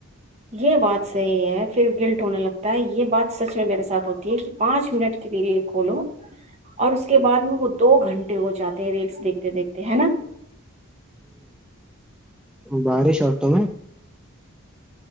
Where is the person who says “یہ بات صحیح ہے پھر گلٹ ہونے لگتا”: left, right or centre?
Right